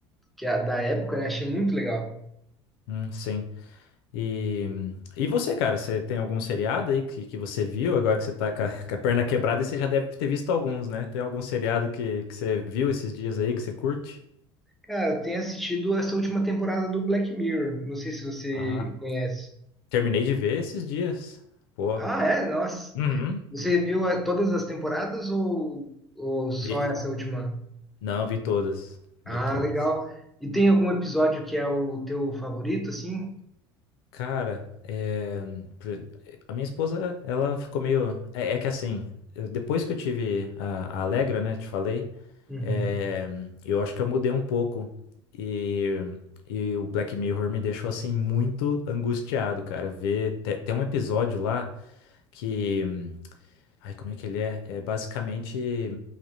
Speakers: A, in the centre; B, on the left.
A: que a, da época, né? Achei muito legal.
B: hum, sim. E, e você, cara, você tem algum seriado aí que, que você viu agora que você tá com a, com a perna quebrada e você já deve ter visto alguns, né? Tem algum seriado que, que você viu esses dias aí que você curte?
A: Cara, eu tenho assistido essa última temporada do Black Mirror. Não sei se você
B: Ah,
A: conhece.
B: terminei de ver esses dias. Pô.
A: Ah, é? Nossa.
B: Uhum.
A: Você viu eh, todas as temporadas ou, ou só
B: Vi-
A: essa última?
B: Não, vi todas. Vi
A: Ah,
B: todas.
A: legal. E tem algum episódio que é o teu favorito, assim?
B: Cara, é, pr- a minha esposa, ela ficou meio. É, é que assim, eu- depois que eu tive a, a Alegra, né, te falei.
A: Uhum.
B: É, eu acho que eu mudei um pouco e, e o Black Mirror me deixou assim muito angustiado, cara. Ver te- tem um episódio lá que, ai, como é que ele é? É basicamente